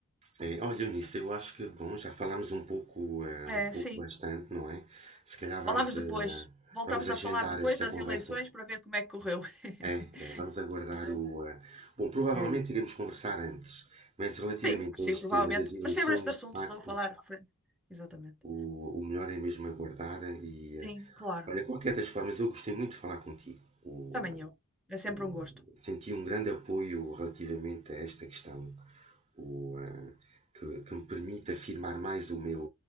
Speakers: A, on the right; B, in the centre.
A: Eh, olha, Eunice, eu acho que, bom, já falámos um pouco, eh,
B: É,
A: um pouco
B: sim,
A: bastante, não é? Se calhar vamos,
B: Falámos
A: eh,
B: depois. Voltámos
A: vamos agendar
B: a falar depois
A: esta
B: das
A: conversa.
B: eleições para ver como é que correu. <laughs>
A: É, é, vamos aguardar
B: Não
A: o. eh, Bom, provavelmente
B: É É isso.
A: iremos conversar antes, mas relativamente
B: Sim, sim,
A: a este
B: provavelmente.
A: tema das eleições,
B: Mas sempre este assunto
A: de facto,
B: estou a falar referente. Exatamente.
A: O, o melhor é mesmo aguardar e eh,
B: Sim, claro.
A: olha, qualquer das formas, eu gostei muito de falar contigo. O,
B: Também
A: eh,
B: eu. É sempre
A: o-
B: um gosto.
A: senti um grande apoio relativamente a esta questão, o, eh, que, que me permite afirmar mais o meu,